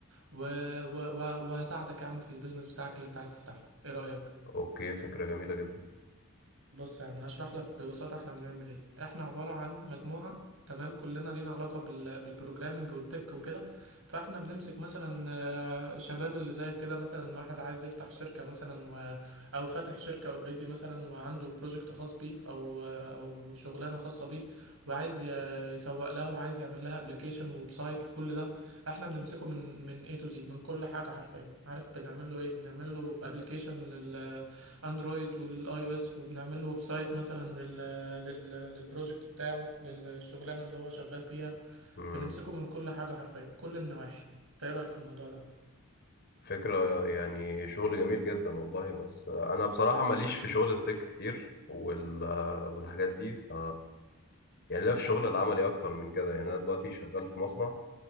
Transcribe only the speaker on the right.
و و و وهساعدك يا عم في البيزنس بتاعك اللي انت عايز تفتحه ايه رايك
بص يا عم هشرح لك ببساطة احنا بنعمل ايه احنا عبارة عن مجموعة تمام كلنا لينا علاقة بال... بالبروجرامينج والتك وكده فاحنا بنمسك مثلا آه، شباب اللي زيك كده مثلا واحد عايز يفتح شركة مثلا و... او فاتح شركة اوريدي مثلا وعنده بروجكت خاص بيه او آه، او شغلانة خاصة بيه وعايز ي... يسوق لها وعايز يعمل لها ابلكيشن ويب سايت وكل ده احنا بنمسكه من من A to Z من كل حاجة حرفيا عارف بنعمل له ايه بنعمل له ابلكيشن اندرويد وللاي او اس وبنعمل له ويب سايت مثلا لل لل للبروجكت بتاعه للشغلانه اللي هو شغال فيها
بنمسكه من كل حاجه حرفيا كل النواحي انت ايه رايك في الموضوع ده